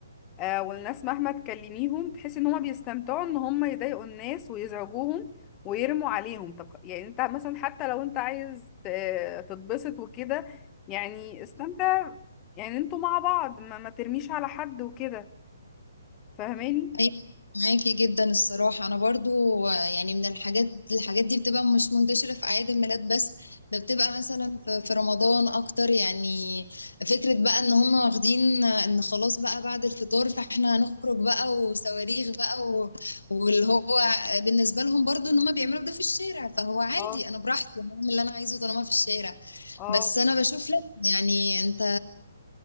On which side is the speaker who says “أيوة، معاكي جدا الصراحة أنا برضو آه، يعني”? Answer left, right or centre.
Left